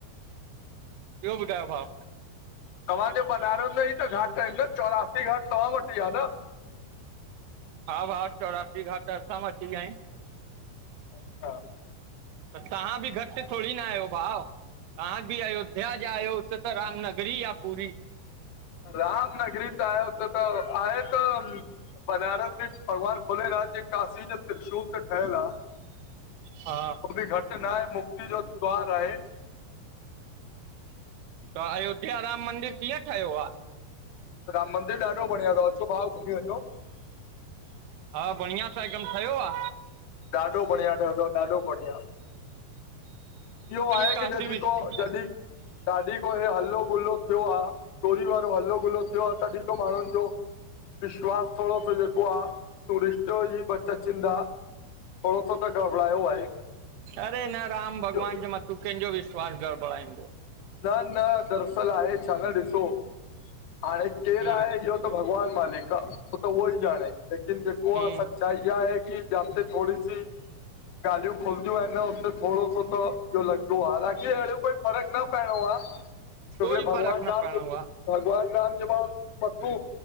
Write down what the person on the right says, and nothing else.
ॿियो ॿुधायो भाउ?
हा भाउ,, चौरासी घाट असां वट ही आहिनि।
त तव्हां बि घट थोडी न आहियो भाउ तंहा भी अयोध्या जा आहियो उते त रामनगरी आ पूरी।
हा
त अयोध्या राम मंदिर कीअं ठहियो आ?
हा बढ़िया सां हिकदम ठयो आ।
काशी
बि हा
अरे न राम
भॻवान जे मथूं कंहिंजो विश्वास गड़बड़ाईंदो।
हूं
हूं
कोई
फ़र्क़ु न
पवणो
आहे